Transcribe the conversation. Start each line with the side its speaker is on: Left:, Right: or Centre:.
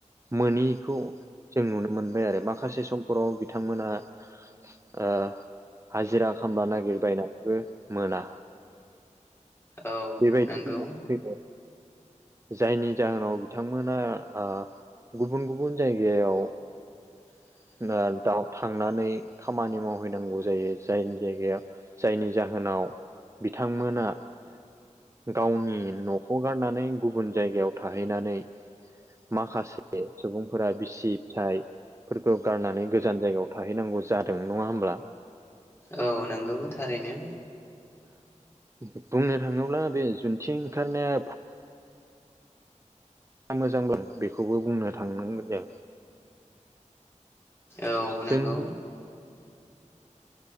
Right: मोनैखौ जों नुनो मोनबाय आरो माखासे समफोराव बिथांमोना ओ हाजिरा खालामा नागिरबायनानैबो मोना।
Left: औ
Right: <unintelligible>
Left: नंगौ
Right: जायनि जाहोनाव बिथांमोना ओ। गुबुन गुबुन जायगायाव
Left: <inaudible>
Right: <unintelligible> थांनानै खामानि मावहैनांगौ जायो जायनि जायगायाव जायनि जाहोनाव बिथांमोना गावनि न'खौ गारनानै गुबुन जायगायाव थाहैनानै माखासे सुबुंफोरा बिसि फिसाय फोरखौ गारनानै गोजान जायगायाव थाहैनांगौ जादों नङा होमब्ला
Left: औ नंगौ थारैनो
Right: बुंनो थाङोब्ला बे जुन्थि ओंखारनाया मोजांबो बेखौबो बुंनो थांनांगोन जों
Left: औ
Right: जों
Left: नंगौ।